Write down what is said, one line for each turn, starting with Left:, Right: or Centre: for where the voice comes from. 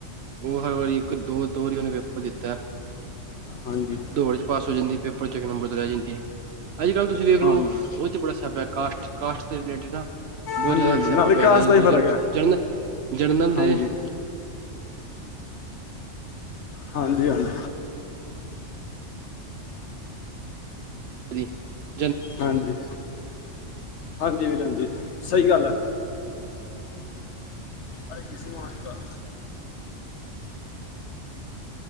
Right: ਵਾਰੀ ਇੱਕ ਦੋ, ਦੋ ਵਾਰੀ ਉਹਨੇ ਪੇਪਰ ਦਿੱਤਾ।
Left: ਹਾਂਜੀ
Right: ਦੋਨਾਂ ਚ ਪਾਸ ਹੋ ਜਾਂਦੀ, ਪੇਪਰ ਚ ਇੱਕ ਨੰਬਰ ਤੇ ਰਹਿ ਜਾਂਦੀ। ਅੱਜ ਕੱਲ੍ਹ ਤੁਸੀਂ ਵੇਖ ਲੋ,
Left: ਹਾਂਜੀ
Right: ਉਸ ਚ ਬੜਾ ਸਿਆਪਾ, ਕਾਸਟ ਕਾਸਟ ਦੇ ਰਿਲੇਟਿਡ ਦਾ ਬਹੁਤ
Left: ਹਾਂਜੀ
Right: ਜਿਆਦਾ
Left: ਹਾਂਜੀ
Right: ਸਿਆਪਾ
Left: ਨਾਲੇ
Right: ਪਿਆ
Left: ਕਾਸ
Right: ਤੁਸੀਂ
Left: ਦਾ ਹੀ ਫਰਕ
Right: ਜਨ
Left: ਹੈ
Right: ਜਰਨਲ ਜਰਨਲ ਦੇ
Left: ਹਾਂਜੀ
Right: <inaudible>
Left: ਹਾਂਜੀ ਹਾਂਜੀ।
Right: <unintelligible>
Left: ਹਾਂਜੀ। ਹਾਂਜੀ, ਵੀਰਾਂ ਜੀ ਸਹੀ ਗੱਲ ਐ। ਅਰੇ ਕਿਸੀ ਮੇ ਆ ਚੁਕਾ।